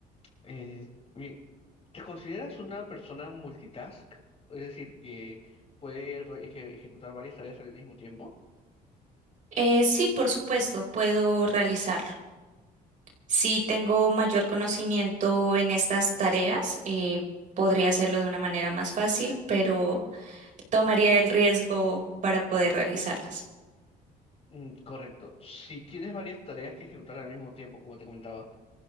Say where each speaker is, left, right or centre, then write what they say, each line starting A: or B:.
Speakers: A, on the left; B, on the right.
A: Eh, bien, ¿te consideras una persona multitask? Es decir, que puede re- eje- ejecutar varias tareas al mismo tiempo.
B: Eh, sí, por supuesto, puedo realizarlo. Si tengo mayor conocimiento en estas tareas, eh, podría hacerlo de una manera más fácil, pero... tomaría el riesgo para poder realizarlas.
A: Mm, correcto. Si tienes varias tareas que ejecutar al mismo tiempo, como te comentaba,